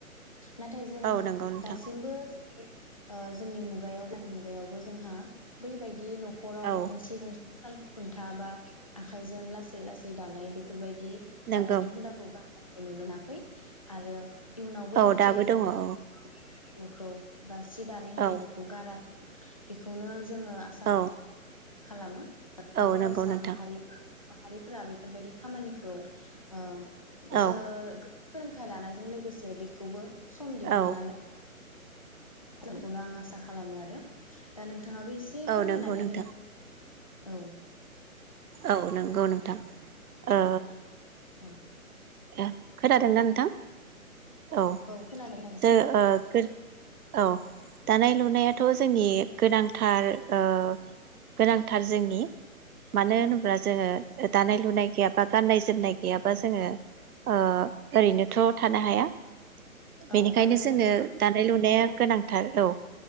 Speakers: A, on the left (about 25°); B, on the right (about 80°).
A: नाथाय जोङो
B: औ नंगौ नोंथां
A: दासिमबो ओ जोंनि मुगायाव गोदान मुगायावबो जोंहा बैबायदि न' हराव
B: औ
A: गंसे गंसे साल खुन्था बा आखाइजों लासै लासै दानाय बेफोरबायदि जि
B: नंगौ
A: दानायनि हुदाखौ गार खौ नुनो मोनाखै आरो इयुनावबो
B: औ
A: जाहाथे
B: दाबो दङ
A: बेफोरबायदि
B: औ
A: नखौ बा सि दानाय हारिमुखौ
B: औ
A: गाराथों बेखौनो जोङो आसा
B: औ
A: मा खालामो
B: औ
A: फरायसा
B: नंगौ नोंथां
A: माहारि <unintelligible> माहारिफोरा बेफोरबायदि खामानिखौ ओ
B: औ
A: ज सोलोंथाइ लानायजों लोगोसे बेखौबो सम दिहुननानै
B: औ
A: खौनो आं आसा खालामो आरो दा नों नोंथाङाबो एसे
B: औ
A: फोरमायनानै
B: नंगौ नोंथां
A: होनो औ
B: औ नंगौ नोंथां ओ
A: औ
B: ए खोनादोंना नोंथां औ
A: खोनादों खोनादों
B: ज औ दानाय लुनायाथ' जोंनि गोनांथार ओ गोनांथार जोंनि मानो होनोब्ला जोङो दानाय लुनाय गैयाबा गाननाय जोमनाय गैयाबा जोङो ओ ओरैनोथ' थानो हाया बेनिखायनो
A: औ आरो
B: जोंनो
A: जोंहा
B: दानाय लुनाया
A: बर'
B: गोनांथार
A: होननानै
B: औ